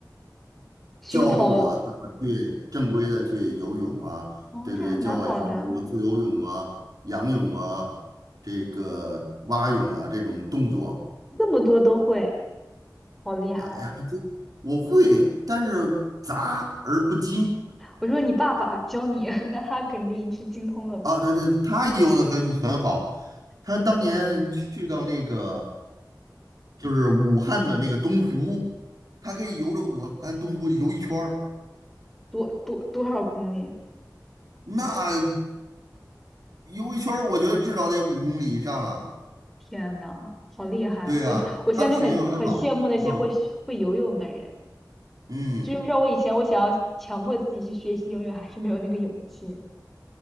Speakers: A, in the centre; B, on the right.
A: 熏陶了。
B: 教我怎么去正规的去游泳啊，
A: 哦，
B: 对对，
A: 这还蛮好的，
B: 教我一些比如说自由泳啊、仰泳啊、这个蛙泳啊这种动作。
A: 这么多都会，好厉害！
B: 呃哎呀，这我会，但是杂而不精
A: 我说你爸爸教你，<laughs> 那他肯定是精通了吧？
B: 啊。对对，他游的很很好，他当年去到那个
A: 对，
B: 就是武汉的那个东湖，他可以游着武汉东湖游一圈儿，
A: 多多多少公里？
B: 那游一圈儿我觉得至少得五公里以上了。
A: 天呐，好厉害！
B: 对呀，
A: 我就我现在就很很羡慕那些会会游泳的人。
B: 它的水性很好。嗯嗯，
A: 就像我以前，我想要强迫自己去学习游泳，还是没有那个勇气。